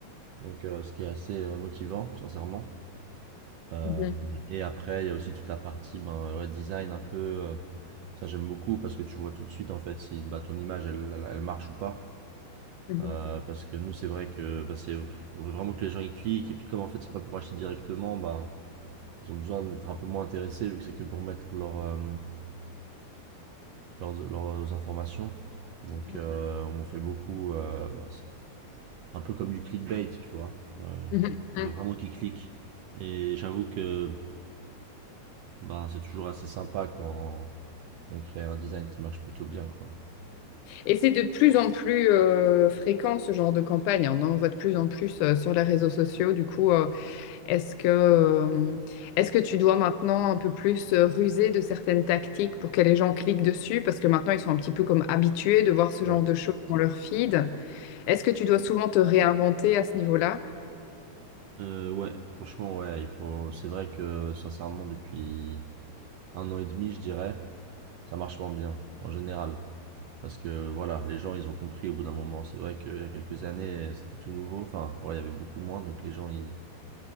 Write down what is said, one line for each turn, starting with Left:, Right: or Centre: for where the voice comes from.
Right: Donc, euh, ce qui est assez euh, motivant, sincèrement. Euh,
Left: mhm,
Right: et après, il y a aussi toute la partie ben, ouais, design un peu. euh, ça, j'aime beaucoup parce que tu vois tout de suite en fait si bah, ton image elle, elle- elle marche ou pas.
Left: mhm,
Right: Euh, parce que nous, c'est vrai que bah, c'est, on veut vraiment que les gens y cliquent. Et puis, comme en fait, c'est pas pour acheter directement, ben ils ont besoin d'être un peu moins intéressés vu que c'est que pour mettre leur, euh, leurs, leurs informations. Donc,
Left: mhm,
Right: euh, on fait beaucoup. euh, bah, ça- un peu comme du clickbait, tu vois. Euh,
Left: mhm, mhm.
Right: on veut vraiment qu'ils cliquent. Et j'avoue que ben, c'est toujours assez sympa quand on crée un design qui marche plutôt bien, quoi.
Left: Et c'est de plus en plus euh, fréquent ce genre de campagne. hein, On en voit de plus en plus euh, sur les réseaux sociaux. Du coup, euh, Est-ce que, euh, est-ce que tu dois maintenant un peu plus euh, ruser de certaines tactiques pour que les gens cliquent dessus? Parce que maintenant, ils sont un petit peu comme habitués de voir ce genre
Right: Ouais.
Left: de choses dans leur feed. Est-ce que tu dois souvent te réinventer à ce niveau-là?
Right: Euh, ouais, franchement, ouais, il faut. C'est vrai que sincèrement, depuis un an et demi, je dirais, ça marche moins bien en général. Parce que voilà, les gens, ils ont compris au bout d'un moment. C'est vrai qu'il y a quelques années, c'était tout nouveau. Enfin, ouais, il y avait beaucoup moins, donc les gens, ils,